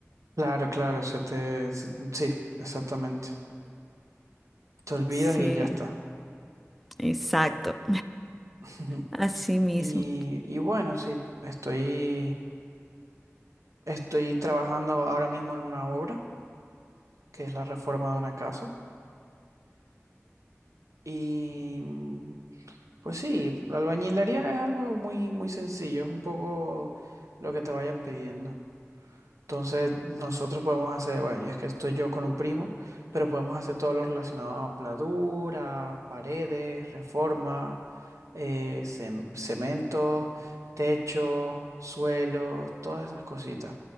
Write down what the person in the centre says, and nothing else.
Sí,
exacto.
Así mismo.